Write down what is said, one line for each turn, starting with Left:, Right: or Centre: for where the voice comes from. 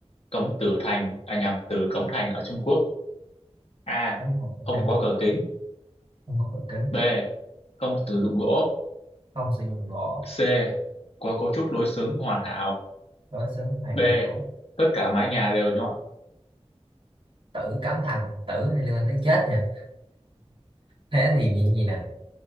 Left: Cấm Tử Thành à nhằm từ Cấm Thành ở Trung Quốc A
Right: tấm hồng ok
Left: không có cửa kính
Right: không có cửa kính
Left: B không sử dụng gỗ
Right: không sử dụng gỗ
Left: C có cấu trúc đối xứng hoàn hảo
Right: đối xứng hoàn
Left: D
Right: hảo
Left: tất cả mái nhà đều nhọn
Right: tử cấm thành tử thì liên quan tới chết nha thế thì gì, gì nè